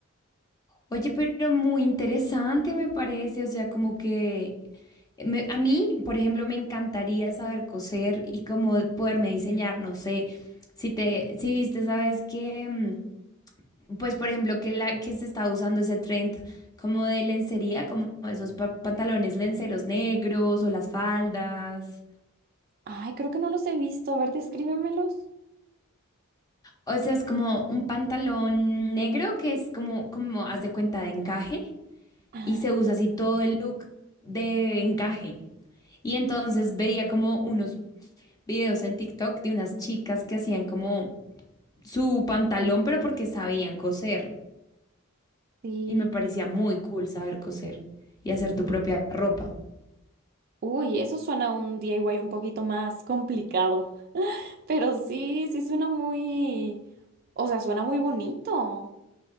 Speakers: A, on the left; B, on the right.
A: Oye, pero muy interesante me parece, o sea, como que eh, me- a mí, por ejemplo, me encantaría saber coser y como poderme diseñar, no sé, si te, si viste, sabes que, mm, pues, por ejemplo, que la que se está usando ese trend como de lencería, como esos pa- pantalones lenceros negros o las faldas.
B: Ay, creo que no los he visto. A ver, descríbemelos.
A: O sea, es como un pantalón negro que es como, como, haz de cuenta de encaje.
B: Ah,
A: y se usa así todo el look de encaje. Y entonces veía como unos videos en TikTok de unas chicas que hacían como su pantalón, pero porque sabían coser.
B: sí.
A: Y me parecía muy cool saber coser y hacer tu propia ropa.
B: Uy, eso suena a un D I y un poquito más complicado, <laughs> pero sí, sí suena muy, o sea, suena muy bonito.